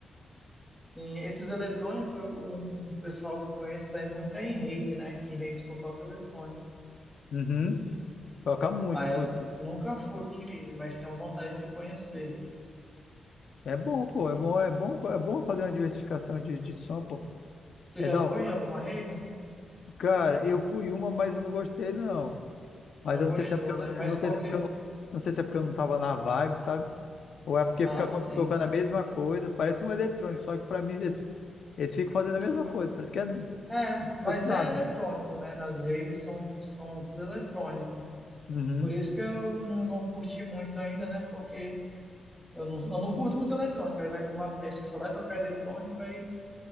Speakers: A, in the centre; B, on the left.
A: Sim, esses eletrônicos, um pessoal que eu conheço vai muito é em rave, né? Que em rave só toca eletrônico.
B: Uhum. Toca muito,
A: Ah,
B: inclusive.
A: eu nunca fui em rave, mas tenho vontade de conhecer.
B: É bom, pô, é bom, é bom, é bom fazer uma diversificação de, de som, pô.
A: Tu
B: É
A: já
B: da
A: foi
B: hora.
A: em alguma rave?
B: Cara, eu fui uma, mas eu não gostei, não. Mas
A: Não
B: eu
A: gostou,
B: não sei se é porque
A: né?
B: eu,
A: Mas
B: eu não
A: por
B: sei se é
A: quê?
B: porque eu não, não sei se é porque eu não tava na vibe, sabe? Ou é porque
A: Ah,
B: fica
A: sim.
B: co- tocando a mesma coisa, parece um eletrônico, só que pra mim eles, eles ficam fazendo a mesma
A: Ma-
B: coisa, parece que é como
A: É,
B: se
A: mas
B: fosse nada.
A: é eletrônico, né? Nas raves são, são tudo eletrônico.
B: Uhum.
A: Por isso que eu não, não curti muito ainda, né? Porque Eu não, eu não curto muito eletrônico. Aí vai pra uma festa que só vai tocar eletrônico, aí